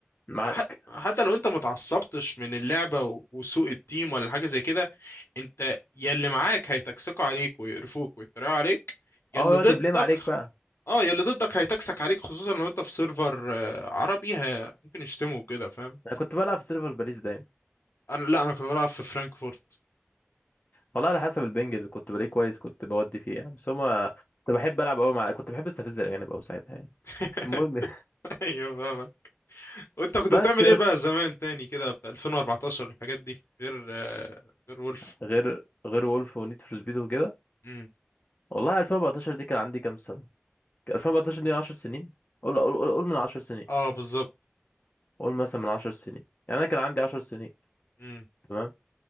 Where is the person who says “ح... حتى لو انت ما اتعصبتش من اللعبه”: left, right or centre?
Left